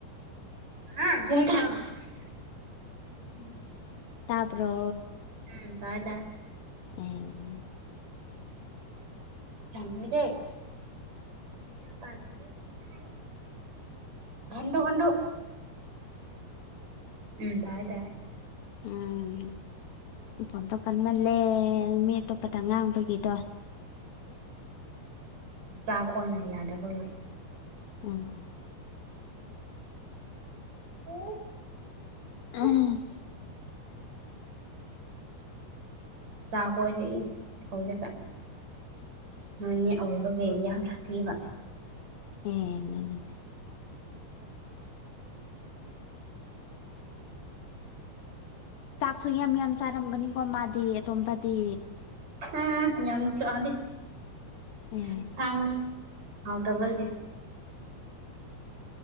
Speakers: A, on the right; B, on the left.
A: <unintelligible> ꯎꯝ
B: ꯇꯥꯕ꯭ꯔꯣ
A: ꯎꯝ ꯇꯥꯏ ꯇꯥꯏ
B: ꯑꯦ
A: <unintelligible> <unintelligible> ꯎꯝ ꯇꯥꯏ ꯇꯥꯏ
B: ꯎꯝ ꯐꯣꯟꯗꯣ ꯀꯟꯃꯜꯂꯦ ꯃꯤ ꯑꯇꯣꯞꯄꯗ ꯉꯥꯡꯕꯒꯤꯗꯣ
A: ꯎꯝ ꯆꯥꯈꯣꯏꯅ ꯌꯥꯗꯕꯒꯤ
B: ꯎꯝ
A: <unintelligible>
B: <unintelligible>
A: ꯆꯥ ꯀꯣꯏꯔꯛꯏ ꯍꯧꯖꯤꯛꯀꯥꯟ ꯅꯣꯏꯅꯦ ꯑꯣꯏꯕꯒꯤ ꯌꯥꯝ ꯁꯥꯊꯤꯕ
B: ꯑꯦ ꯆꯥꯛꯁꯨ ꯌꯥꯝ ꯌꯥꯝ ꯆꯥꯔꯝꯒꯅꯤꯀꯣ ꯃꯥꯗꯤ ꯑꯇꯣꯝꯕꯗꯤ
A: ꯍꯝ ꯌꯥꯝ ꯆꯥꯗꯦ
B: ꯑꯦ
A: ꯢꯟꯁꯥꯡ ꯍꯥꯎꯇꯥꯕꯒꯤ
B: <inaudible>